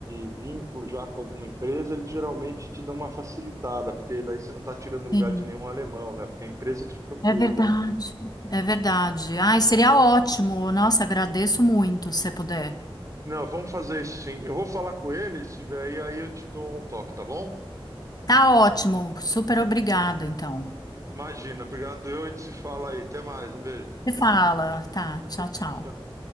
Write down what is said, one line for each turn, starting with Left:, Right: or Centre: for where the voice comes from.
Right: vínculo já com alguma empresa, eles geralmente te dão uma facilitada, porque daí você não está tirando lugar
Left: sim,
Right: de nenhum alemão, né? Porque é a empresa que te procurou
Left: é verdade.
Right: daí.
Left: É verdade. Ai, seria ótimo. Nossa, agradeço muito se puder.
Right: Não, vamos fazer isso sim. Eu vou falar com ele, se vier aí, aí eu te dou um toque, tá bom?
Left: Tá ótimo. Super obrigada, então.
Right: Imagina, obrigado. Eu, a gente se fala aí. Até mais, um beijo.
Left: Você fala, tá, tchau,
Right: Tchau,
Left: tchau.
Right: tchau.